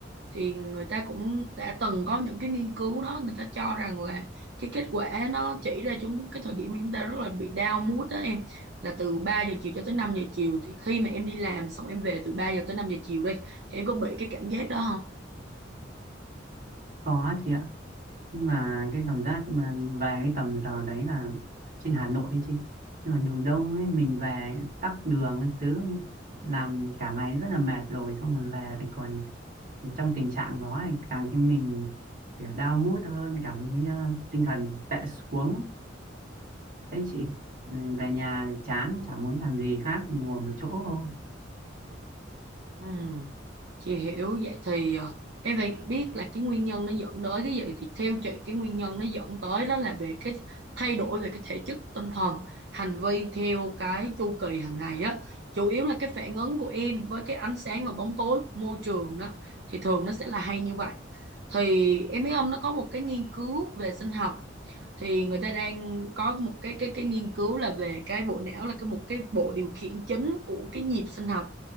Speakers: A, on the right; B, on the right.
A: thì người ta cũng đã từng có những cái nghiên cứu đó người ta cho rằng là cái kết quả nó chỉ ra chúng cái thời điểm mà chúng ta rất là bị down mood đó em là từ 3 giờ chiều cho tới 5 giờ chiều thì khi mà em đi làm xong em về từ 3 giờ tới 5 giờ chiều đi thì em có bị cái cảm giác đó không?
B: có chị ạ nhưng mà cái cảm giác khi mà về cái tầm giờ đấy là trên Hà Nội ấy chứ nhưng mà đường đông ấy mình về tắc đường các thứ làm cả ngày rất là mệt rồi xong rồi về lại còn trong tình trạng đó thì càng khiến mình kiểu down mood hơn cảm thấy ờ, tinh thần tệ xuống đấy chị Ừ, về nhà chán chả muốn làm gì khác ngồi một chỗ thôi
A: Ừm, chị hiểu vậy thì ờ, em phải biết là cái nguyên nhân nó dẫn tới cái gì thì theo chị cái nguyên nhân nó dẫn tới đó là về cái thay đổi về cái thể chất tinh thần hành vi theo cái chu kỳ hàng ngày á chủ yếu là cái phản ứng của em với cái ánh sáng và bóng tối của môi trường đó thì thường nó sẽ là hay như vậy thì em biết ông nó có một cái nghiên cứu về sinh học thì người ta đang có một cái cái cái nghiên cứu là về cái bộ não là cái một cái bộ điều khiển chính của cái nhịp sinh học